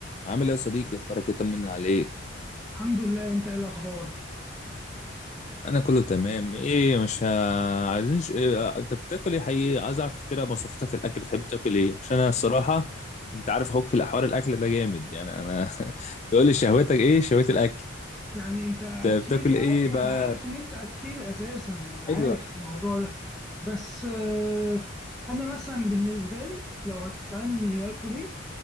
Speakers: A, on the left; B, in the centre.
A: عامل ايه يا صديقي اخبارك ايه طمنا عليك
B: الحمد لله انت ايه الاخبار
A: انا كله تمام ايه مش ه- عايزين ش... إيه... انت بتاكل ايه حقيقي عايز اعرف كده مواصفاتك في الاكل بتحب تاكل ايه عشان انا الصراحه انت عارف اخوك في الاحوال الاكل ده جامد يعني انا <laughs> تقول لي شهوتك ايه شهوه الاكل
B: يعني انت اكيل
A: انت بتاكل
B: يعني
A: ايه بقى
B: انا عارف ان انت اكيل اساسا انا عارف
A: ايوه
B: الموضوع ده بس آه، انا مثلا بالنسبه لي لو هتسالني اكل ايه